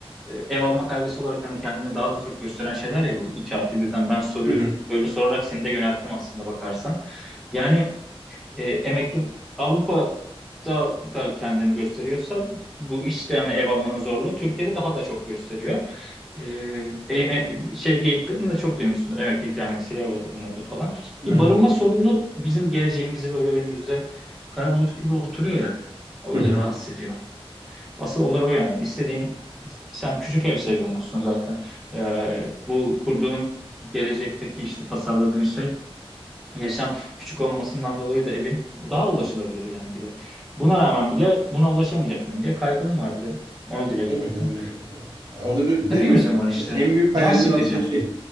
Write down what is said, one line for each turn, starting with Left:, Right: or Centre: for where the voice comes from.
Centre: e, ev alma kaygısı olarak hani kendini daha da çok gösteren şeyler ya bu 2 artı birden ben soruyu
Right: Hı hı.
Centre: öyle sorarak seni de yönelttim aslında bakarsan. Yani e, emekli Avrupa'da da kendini gösteriyorsa bu işte yani ev almanın zorluğu Türkiye'de daha da çok gösteriyor. E, em- em- şey geyiklerini de çok duymuşsundur. Emekli ikramiyesiyle ev alınırdı falan. Bir
Right: Aynen.
Centre: barınma sorunu bizim geleceğimizi böyle önümüzde kara bulut gibi oturuyor ya. O
Right: Hı
Centre: böyle
Right: hı.
Centre: rahatsız ediyor. Asıl olay o yani. İstediğin sen küçük ev seviyormuşsun zaten. E, bu kurduğun gelecekteki işte tasarladığın şey Yaşam küçük olmasından dolayı da evin o daha ulaşılabilir yani bir de. Buna rağmen bile buna ulaşamayacak mıyım diye kaygın vardı. Onu
Right: Tabii
Centre: dile getirdim.
Right: yani e, orada bir,
Centre: Hepimizin
Right: bir de mesela
Centre: var işte.
Right: en büyük hayalim
Centre: Can sıkıcı.
Right: de aslında şey